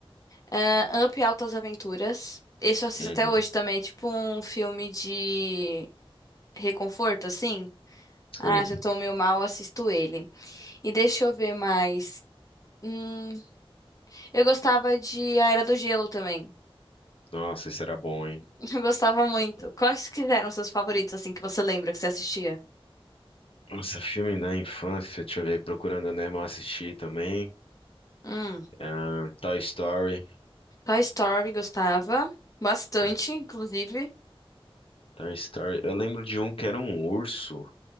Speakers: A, on the left; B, on the left.
A: Ah, Up e Altas Aventuras. Esse eu assisto
B: Uhum,
A: até hoje também. É tipo um filme de reconforto, assim.
B: sei.
A: Ah, se eu tô meio mal, assisto ele. E deixa eu ver mais. Hum, eu gostava de A Era do Gelo também.
B: Nossa, isso era bom, hein?
A: <laughs> Eu gostava muito. Quais que eram seus favoritos, assim, que você lembra que você assistia?
B: Nossa, filme da infância, deixa eu ver, Procurando Nemo eu assisti também.
A: Hum,
B: Ah, Toy Story.
A: Toy Story gostava bastante,
B: Toy
A: inclusive.
B: Toy Story. Eu lembro de um que era um urso